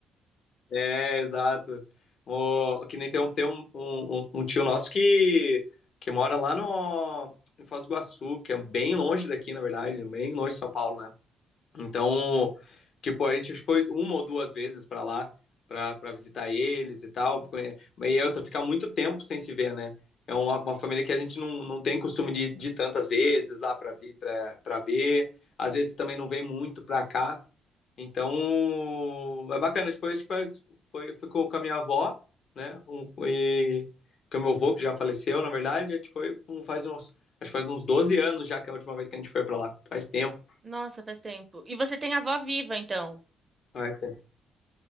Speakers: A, on the left; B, on the right.
A: É, exato. O, que nem tem um, tem um, um, um um tio nosso que, que mora lá no, em Foz do Iguaçu, que é bem longe daqui, na verdade, bem longe de São Paulo, né? Então, tipo, a gente foi uma ou duas vezes para lá para para visitar eles e tal. Ficou- E eu tô ficar muito tempo sem se ver, né? É uma, uma família que a gente não, não tem costume de, de tantas vezes lá para vir para para ver. Às vezes também não vem muito para cá. Então, é bacana. Tipo, acho que foi, foi, ficou com a minha avó, né? Um, e com o meu avô, que já faleceu, na verdade. A gente foi um- faz uns, acho que faz uns 12 anos já que é a última vez que a gente foi para lá. Faz tempo.
B: Nossa, faz tempo. E você tem a avó viva, então.
A: Faz tempo.